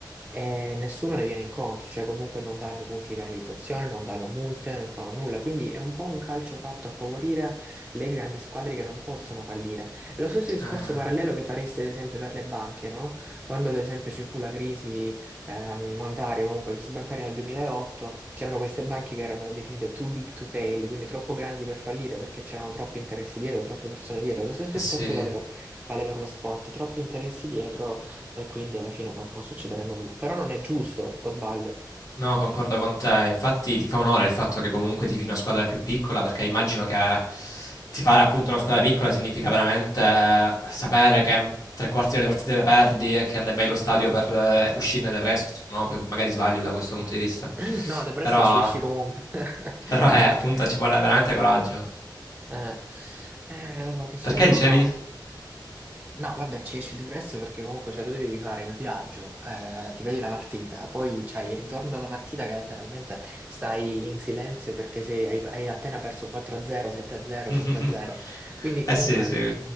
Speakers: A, on the right; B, on the left.
A: e nessuno le viene incontro, cioè comunque non danno punti di penalizzazione, non danno multe, non fanno nulla. Quindi è un po' un calcio fatto a favorire le grandi squadre che non possono fallire. È lo stesso discorso
B: Eh,
A: parallelo che faresti ad esempio per le banche, no? Quando ad esempio ci fu la crisi eh, monetaria, comunque la crisi bancaria nel 2008, c'erano queste banche che erano definite too big to fail, quindi troppo grandi per fallire perché c'erano troppi interessi dietro, troppe persone dietro. Lo stesso
B: eh
A: discorso
B: sì,
A: vale per, vale per lo sport, troppi interessi dietro e quindi alla fine non può succedere nulla. Però non è giusto, o sbaglio?
B: No, concordo con te. Infatti ti fa onore il fatto che comunque tifi una squadra più piccola, perché immagino che tifare appunto una squadra piccola significa veramente eh, sapere che tre quarti delle partite le perdi e che and- vai allo stadio per eh, uscirne depresso, no? Poi magari sbaglio da questo punto di vista.
A: <clears throat> <laughs> No, depresso
B: Però,
A: ci esci comunque, <laughs>
B: però eh,
A: perché...
B: appunto ci vuole veramente coraggio.
A: eh, eh, che ci
B: Perché
A: dobbiamo
B: dicevi?
A: fare? No, vabbè, ci esci depresso perché comunque cioè, tu devi fare il viaggio, eh, ti vedi la partita, poi c'hai il ritorno alla partita che letteralmente stai in silenzio perché sei, hai, hai appena perso 4-0, 7-0,
B: <laughs>
A: 5-0. Quindi comunque
B: Eh sì, sì.